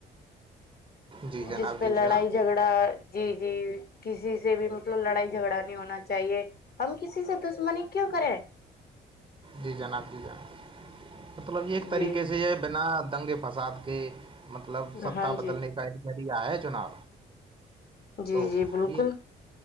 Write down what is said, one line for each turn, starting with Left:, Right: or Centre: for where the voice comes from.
Right: جی جناب
Left: جس پہ
Right: جی
Left: لڑائی
Right: جناب
Left: جھگڑا جی جی کسی سے بھی مطلب لڑائی جھگڑا نہیں ہونا چاہیے ہم کسی سے دشمنی کیوں کریں
Right: جی جناب جی جناب مطلب ایک طریقے
Left: جی
Right: سے یہ بنا دنگے فساد کے مطلب ستا
Left: ہاں
Right: بدلنے
Left: جی
Right: کا مرییا ہے چناؤ
Left: جی
Right: تو
Left: جی بالکل
Right: یہ